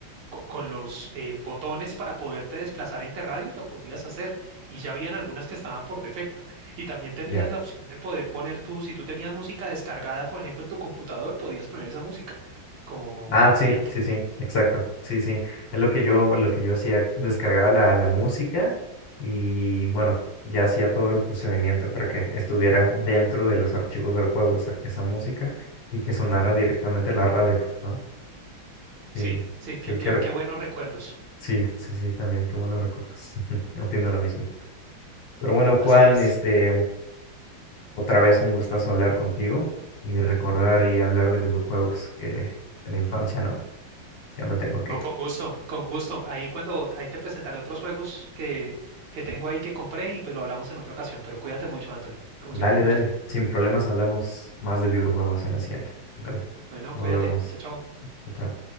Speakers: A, on the right (about 70°); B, on the left (about 65°).
A: co- con los eh, botones para poderte desplazar entre radios, lo podías hacer. Y ya habían algunas que estaban por defecto. Y también tenías
B: ya
A: la opción de poder poner tú, si tú tenías música descargada, por ejemplo, en tu computador, podías poner esa música como,
B: Ah,
A: como
B: sí,
A: ambiente.
B: sí, sí, exacto. Sí, sí. Es lo que yo, lo que yo hacía, descargaba la, la música y bueno, ya hacía todo el procedimiento para que estuviera dentro de los archivos del juego esa, esa música y que sonara directamente la radio, ¿no? Sí,
A: Sí, sí,
B: sí,
A: qué, qué,
B: que re-
A: qué buenos recuerdos.
B: sí, sí, sí, también, qué buenos recuerdos. <laughs> Opino lo mismo. Pero bueno, Juan,
A: Así es.
B: este, otra vez un gustazo hablar contigo y recordar y hablar de videojuegos que de la infancia, ¿no? Ya me tengo que
A: No,
B: ir.
A: con gusto, con gusto. Ahí cuando, ahí te presentaré otros juegos que, que tengo ahí que compré y pues lo hablamos en otra ocasión. Pero cuídate mucho, Anthony. Como
B: Dale,
A: siempre, un gusto.
B: dale. Sin problemas hablamos más de videojuegos en la siguiente. Dale.
A: Bueno,
B: Nos
A: cuídate.
B: vemos.
A: Chao, chao.
B: Chao, chao.